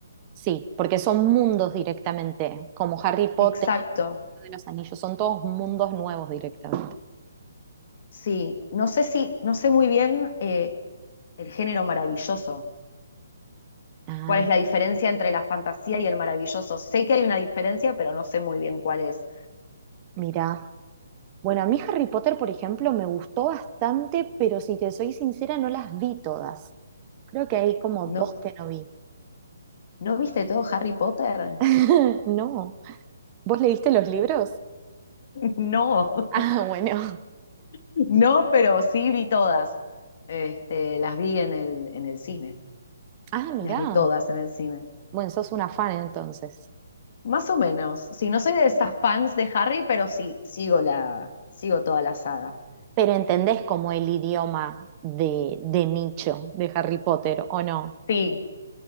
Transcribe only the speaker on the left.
Exacto,
sí. No sé si, no sé muy bien eh, el género maravilloso.
¿Cuál es la diferencia entre la fantasía y el maravilloso? Sé que hay una diferencia, pero no sé muy bien cuál es.
¿No,
¿no viste todo Harry Potter? <laughs>
No,
<laughs>
no, pero sí vi todas. Este, las vi en el, en el cine.
Las vi todas en el cine.
Más o menos. Sí, no soy de esas fans de Harry, pero sí, sigo la, sigo toda la saga.
Sí,